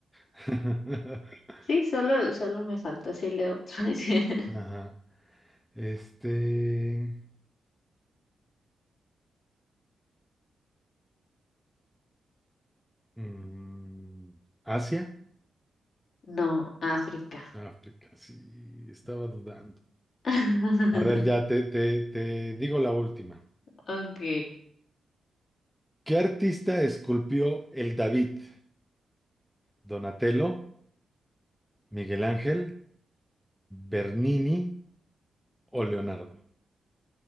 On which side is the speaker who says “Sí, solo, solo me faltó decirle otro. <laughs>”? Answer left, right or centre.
Left